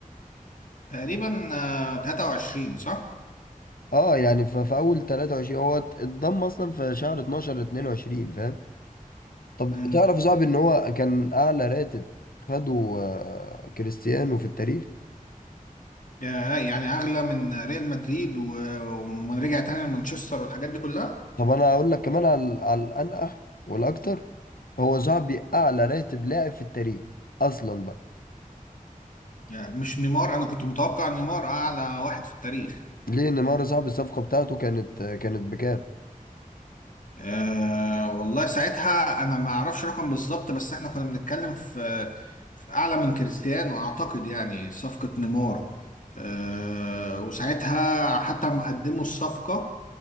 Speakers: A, on the left; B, on the left.
A: تقريبا آه، 23 صح؟
B: اه يعني ف- في اول 23 هو ات- انضم اصلا في شهر 12 22 فاهم؟ طب
A: امم
B: تعرف صعب ان هو كان اعلى راتب خده آه، كريستيانو في التاريخ
A: يعني اغلى من ريال مدريد و- ومن رجع تاني لمانشستر والحاجات دي كلها
B: طب انا هقول لك كمان على على الانقح والاكتر هو صاحبي اعلى راتب لاعب في التاريخ اصلا بقى
A: يعني مش نيمار انا كنت متوقع نيمار اعلى واحد في التاريخ
B: ليه نيمار صاحبي الصفقة بتاعته كانت كانت بكام؟
A: أه والله ساعتها انا ما اعرفش رقم بالظبط بس احنا كنا بنتكلم في, في اعلى من كريستيانو اعتقد يعني صفقة نيمار أه وساعتها حتى ما قدموا الصفقة